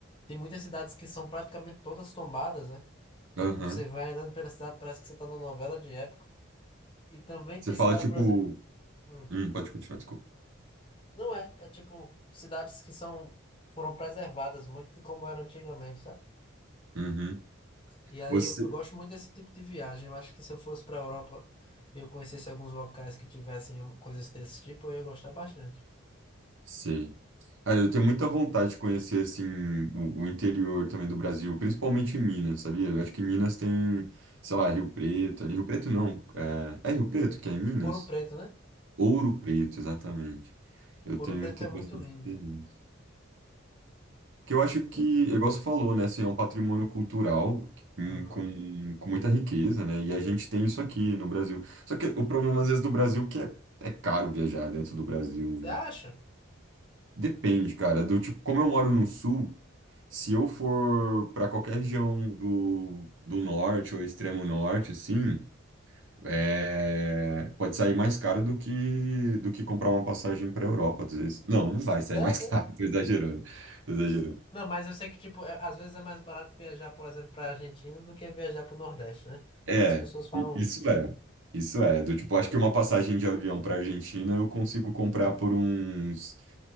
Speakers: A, on the left (about 25°); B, on the right (about 70°).
A: tem muitas cidades que são praticamente todas tombadas, né? Tipo,
B: Aham.
A: você vai andando pela cidade, parece que você tá numa novela de época. E também
B: Você
A: tem
B: fala
A: cidades,
B: tipo.
A: por exemplo, hum,
B: Hum, pode continuar, desculpa.
A: não é, é tipo cidades que são foram preservadas muito de como eram antigamente, sabe?
B: Uhum.
A: E aí
B: Você.
A: eu, eu gosto muito desse tipo de viagem. Eu acho que se eu fosse para Europa e eu conhecesse alguns locais que tivessem coisas desse tipo, eu ia gostar bastante.
B: Sim. Ah, eu tenho muita vontade de conhecer assim o, o interior também do Brasil, principalmente em Minas, sabia? Eu acho que em Minas tem, sei lá, Rio Preto, ali Rio Preto não, é, é Rio Preto que é em Minas?
A: Ouro Preto, né?
B: Ouro Preto, exatamente. Eu tenho,
A: Ouro Preto
B: tenho
A: é muito
B: bastante
A: lindo.
B: interesse. Que eu acho que,
A: Eu-
B: igual você falou, né, assim, é um patrimônio cultural com,
A: Uhum.
B: com, com muita riqueza, né, e a gente tem isso aqui no Brasil. Só que o problema, às vezes, do Brasil é que é, é caro viajar dentro do Brasil,
A: Você
B: né.
A: acha?
B: Depende, cara, do tipo, como eu moro no sul, se eu for para qualquer região do, do norte ou extremo norte, assim, é,
A: Hum.
B: pode sair mais caro do que, do que comprar uma passagem para Europa, às vezes. Não, não vai sair
A: Sério
B: mais caro,
A: mesmo?
B: <laughs> tô exagerando, tô exagerando.
A: Não, mas eu sei que, tipo, é- às vezes é mais barato viajar, por exemplo, pra Argentina do que viajar pro Nordeste, né?
B: É,
A: Muitas pessoas falam
B: i- isso
A: isso.
B: é. Isso é. Do tipo, acho que uma passagem de avião para Argentina eu consigo comprar por uns